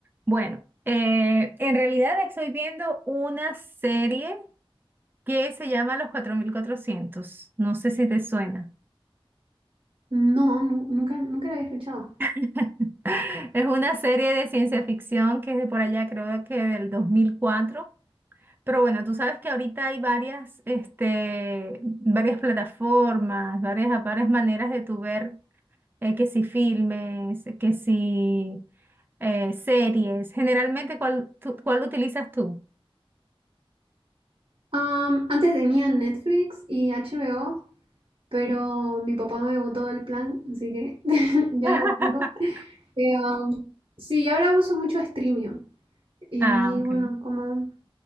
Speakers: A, on the right (about 20°); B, on the right (about 60°).
A: Bueno, eh, en realidad estoy viendo una serie que se llama Los cuatro mil cuatrocientos. No sé si te suena.
B: No, nu- nunca, nunca la había escuchado.
A: <laughs> Es una serie de ciencia ficción que es de por allá, creo que del 2004. Pero bueno, tú sabes que ahorita hay varias, este, varias plataformas, varias, varias maneras de tu ver eh, que si filmes, que si eh, series. Generalmente, ¿cuál, tú- cuál utilizas tú?
B: Am, antes tenía Netflix y HBO, pero mi papá me botó el plan, así que <laughs>
A: <laughs>
B: ya no tengo. Eh, um, sí, y ahora uso mucho Streamio. Y
A: Ah, ok.
B: bueno, como